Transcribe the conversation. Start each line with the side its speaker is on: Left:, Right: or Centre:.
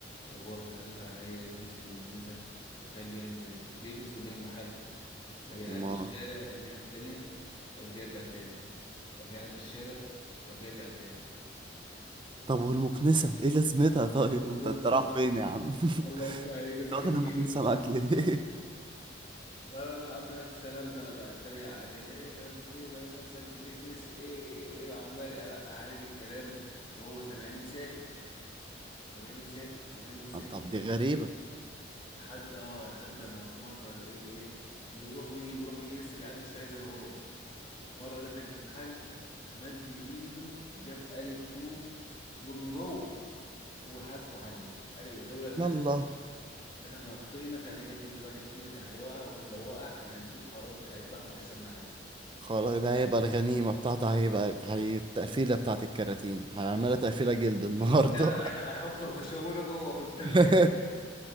Left: هو في لحظات عليه لقيته ماسك المكنسة تخيل بيعمل ايه مش بيكنس قدام المحل ده بيعدي
Right: ما
Left: الشارع الناحية التانية وبعد كده يرجع تاني وبعد كده يعدي الشارع وبعد كده يرجع تاني
Right: طب والمكنسة ايه لازمتها طيب
Left: مش بالظبط
Right: انت انت رايح فين يا عم <laughs>
Left: الله يفتح عليك وزي
Right: واخد
Left: كان
Right: المكنسة
Left: في ايده
Right: معاك ليه؟
Left: وانا بقى عمال اتسلمت انا بقى اتريق عليه ايه مش عارف ايه طب نفسك بتكنس ايه وايه وايه وعمال يقلق عليه بالكلام وهو سامعني وساكت سامعني وساكت سامعني وساكت
Right: <laughs> طب دي غريبة
Left: لحد اه لحد اما في مره لقيته ايه بيروح ويجي بيروح ويجي لسه بيعدي الشارع زي ما هو مره دخل المحل مد ايده جاب قالب طوب ومن جوه وحدفه علينا قالب لولا ان
Right: يلا
Left: احنا إن احنا نطينا كان هيجي في رجل واحد فينا كان هيوقع وكان لو وقع كان هيمسكه خلاص مش هيذبحه مش هيسمع عليه
Right: خلاص ده هيبقى الغنيمة بتاعته هيبقى هي التقفيلة بتاعت الكراتين هنعملها تقفيلة جلد النهاردة
Left: <laughs> كده ده هيحطه وشونه جوه في الثلاجه
Right: <laughs>